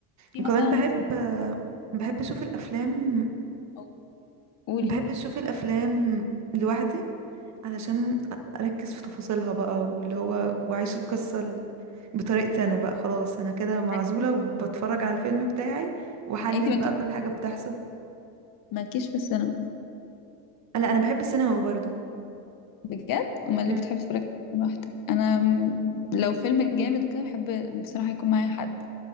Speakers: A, on the left; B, on the right.
A: في
B: وكمان
A: مثلا
B: بحب
A: فيلم-
B: بحب اشوف الافلام
A: أو- قولي
B: بحب اشوف الافلام لوحدي علشان اركز في تفاصيلها بقى واللي هو واعيش القصة ال- بطريقتي انا بقى خلاص انا كده معزولة
A: عكس-
B: وبتفرج على الفيلم بتاعي واحلل
A: يعني انتي مالكيش
B: بقى كل حاجة بتحصل
A: مالكيش في السينما
B: آه، لا انا بحب السينما برضو
A: بجد امال
B: مم.
A: ليه بتحبي تتفرجي لوحدك انا م- لو فيلم جامد وكده بحب بصراحه يكون معايا حد